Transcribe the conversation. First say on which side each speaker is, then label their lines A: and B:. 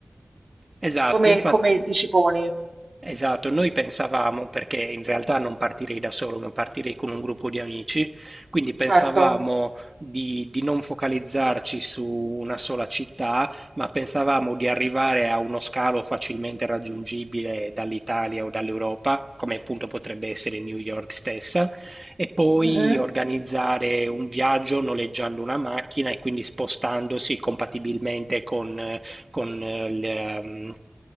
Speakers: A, on the right; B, on the right.
A: Esatto,
B: Come,
A: infatti.
B: come ti ci poni?
A: Esatto, noi pensavamo, perché in realtà non partirei da solo, ma partirei con un gruppo di amici, quindi pensavamo
B: Certo.
A: di, di non focalizzarci su una sola città, ma pensavamo di arrivare a uno scalo facilmente raggiungibile dall'Italia o dall'Europa, come appunto potrebbe essere New York stessa, e poi
B: Mhm.
A: organizzare un viaggio noleggiando una macchina e quindi spostandosi compatibilmente con eh, con, eh, le, ehm,